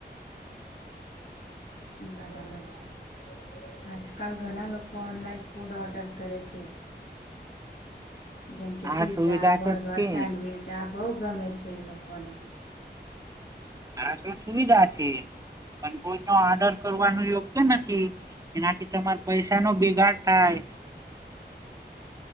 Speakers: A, on the left; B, on the right.
A: બરાબર છે, આજકાલ ઘણા લોકો ઓનલાઈન ફૂડ ઓર્ડર કરે છે. જેમ કે
B: આ
A: પિઝ્ઝા
B: સુવિધા
A: બર્ગર
B: તો છે
A: સેન્ડવીચ આ બો ગમે છે, લોકોને
B: <unintelligible> તો સુવિધા છે, પણ કોય ન ઓર્ડર કરવાનું યોગય તો નથી એનાથી તમારે પૈસાનો ભિગાડ થાય